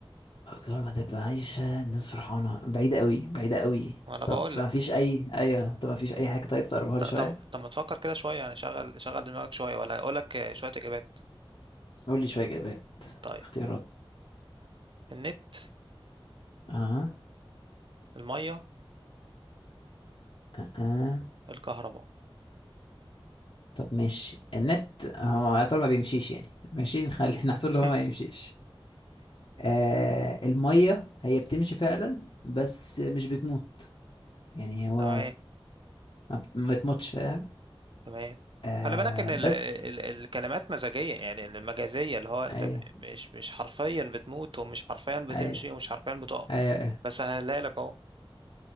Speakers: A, on the left; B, on the right.
A: كل ما تبقى عايشة الناس فرحانة بعيدة قوي بعيدة قوي
B: وانا
A: طب
B: بقول
A: ما
B: لك
A: فيش أي أيوة طب ما فيش أي حاجة طيب تقربها
B: ط-
A: لي شوية
B: طب طب ما تفكر كده شويه يعني شغل شغل دماغك شويه ولا اقول لك آه، شويه اجابات
A: قول لي شوية إجابات
B: طيب
A: اختيارات
B: النت
A: اه
B: الميه
A: اه آه.
B: الكهرباء
A: طب ماشي النت هو يا ترى ما بيمشيش يعني ماشي نخلي <laughs> نحطه
B: <laughs>
A: هو ما يمشيش آه المية هي بتمشي فعلا بس مش بتموت يعني هو
B: تمام
A: ما بت- ما بتموتش فاهم
B: تمام
A: آه
B: خلي بالك ان ال
A: بس
B: ال الكلمات مزاجيه يعني المجازيه اللي هو انت
A: ايوه
B: ب- مش مش حرفيا بتموت ومش حرفيا بتمشي
A: ايوه
B: ومش حرفيا بتقف
A: ايوه أيوه.
B: بس هلاقي لك اهو